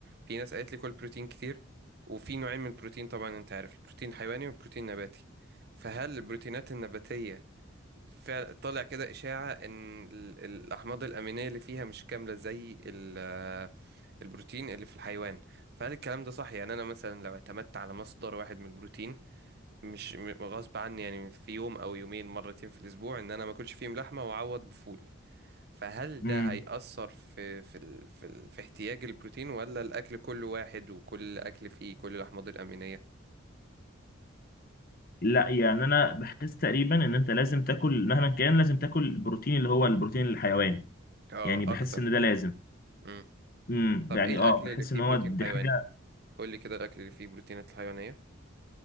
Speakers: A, on the right (about 50°); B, on the left (about 45°).
A: في ناس قالت لي كل بروتين كتير وفي نوعين من البروتين طبعا انت عارف البروتين حيواني والبروتين نباتي فهل البروتينات النباتية فعلا طالع كده إشاعة إن ال- الأحماض الأمينية اللي فيها مش كاملة زي ال- آه، البروتين اللي في الحيوان فهل الكلام ده صح يعني أنا مثلا لو اعتمدت على مصدر واحد من البروتين مش م- غصب عني يعني في يوم أو يومين مرتين في الأسبوع إن أنا ما أكلش فيهم لحمة وأعوض بفول فهل
B: امم
A: ده هيأثر في في ال- في, ال- في احتياج البروتين ولا الأكل كله واحد وكل أكل فيه كل الأحماض الأمينية؟
B: لا يعني انا بحس تقريبا ان انت لازم تاكل مهما كان لازم تاكل البروتين اللي هو البروتين الحيواني
A: اه
B: يعني بحس
A: أكتر
B: ان ده لازم
A: مم.
B: امم
A: طب
B: يعني
A: إيه الأكل
B: اه بحس
A: اللي فيه
B: ان هو
A: بروتين
B: دي
A: حيواني؟
B: حاجه
A: قولي كده الأكل اللي فيه بروتينات حيوانية